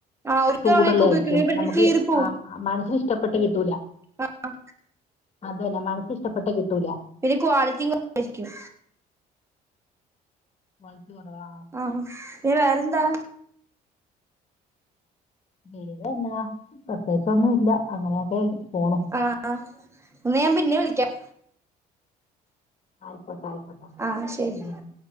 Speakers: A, on the right (about 15°); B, on the left (about 40°).
A: ആഹ് ഒരു
B: ചൂടുള്ള
A: തവണയൊക്കെ ഉപയോഗിക്കുന്നെ
B: ആയിരിക്കും
A: പെട്ടെന്ന്
B: നമുക്ക്
A: കീറി പോവും
B: ആഹ് ആ മനസ്സിന് ഇഷ്ടപ്പെട്ട കിട്ടൂല
A: ആഹ്
B: അതുതന്നെ മനസിന് ഇഷ്ടപ്പെട്ട കിട്ടൂല
A: പിന്നെ ക്വാളിറ്റിയും കുറവായിരിക്കും
B: ക്വാളിറ്റി കുറവാ
A: ആഹ് പിന്നെ വേറെന്താ
B: വേറെ എന്ന പ്രത്യേകിച്ച് ഒന്നും ഇല്ല അങ്ങനെയൊക്കെ പോണു
A: ആഹ്‌ഹാ എന്ന ഞാൻ പിന്നെ വിളിക്കാം
B: ആയിക്കോട്ടെ ആയിക്കോടട്ടെ
A: ആഹ് ശരി
B: ശെരി എന്നാ